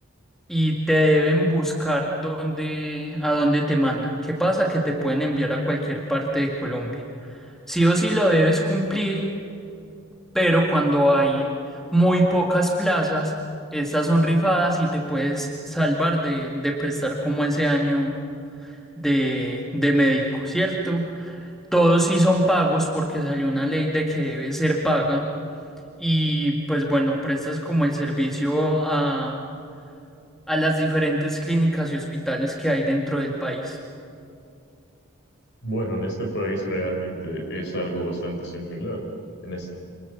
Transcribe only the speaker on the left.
Bueno, en este país realmente es algo bastante similar. En es-